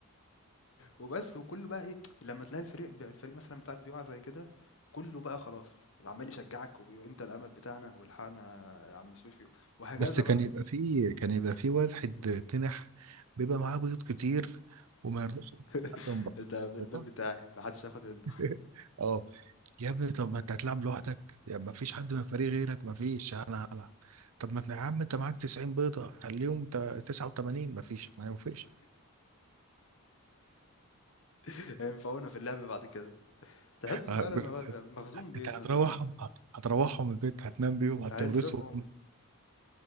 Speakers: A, on the left (about 60°); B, on the right (about 80°).
A: وبس وكله بقى ايه لما تلاقي الفريق بقى- الفريق مثلا بتاعك بيقع زي كده كله بقى خلاص عمال يشجعك وانت الامل بتاعنا والحقنا يا عم سويفي وهكذا
B: بس كان
A: بقى
B: يبقى فيه كان يبقى فيه واحد تنح بيبقى معاه بيض كتير وما يرضاش
A: <laughs>
B: حتى من بره
A: ده البيت
B: والله
A: بتاعي محدش ياخد منه
B: <laughs> اه يا ابني طب ما انت هتلعب لوحدك يا ما فيش حد من الفريق غيرك ما فيش انا هلعب طب ما انت يا عم انت معاك 90 بيضة خليهم تا- 89 ما فيش ما ينفعش
A: <laughs> هينفعونا في اللعب بعد كده تحسه
B: آه،
A: فعلا
B: <laughs> ب-
A: إن هو بيبقى مخزون بيض
B: انت هتروحهم
A: مثلا
B: هت- هتروحهم البيت هتنام بيهم هتورثهم
A: هيصرفهم